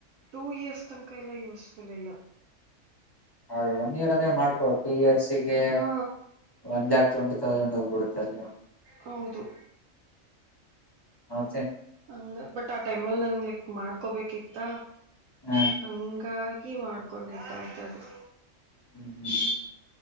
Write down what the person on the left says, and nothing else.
ಹೌ ಒನ್ ಇಯರ್ ಮಾಡ್ಕೊ ಟೂ ಇಯರ್ಸಗೆ
ಒನ್ ಲ್ಯಾಕ್ ಟ್ವೆಂಟಿ ತೌಸಂಡ್ ಹೋಗ್ಬಿಡುತ್ತಲ್ಲ
ಹ
ಹ್ಮ
ಹ್ಮ್ ಹ್ಮ್